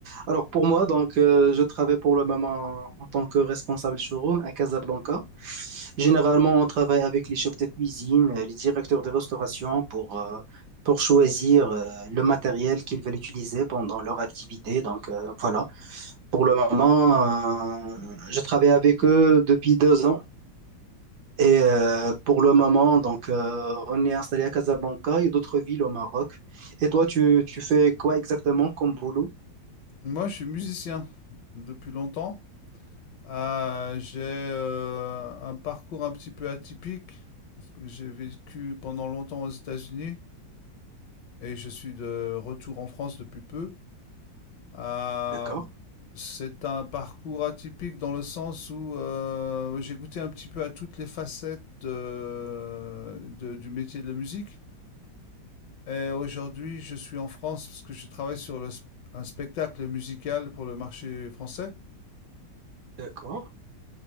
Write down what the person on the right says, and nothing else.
Alors pour moi, donc, euh, je travaille pour le moment en tant que responsable showroom à Casablanca. Généralement, on travaille avec les chefs de cuisine, euh, les directeurs de restauration pour, euh, pour choisir euh, le matériel qu'ils veulent utiliser pendant leur activité. Donc euh, voilà, pour le moment, euh, je travaille avec eux depuis deux ans. Et euh, pour le moment, donc, euh, on est installé à Casablanca et d'autres villes au Maroc. Et toi, tu, tu fais quoi exactement comme boulot?
D'accord,
d'accord.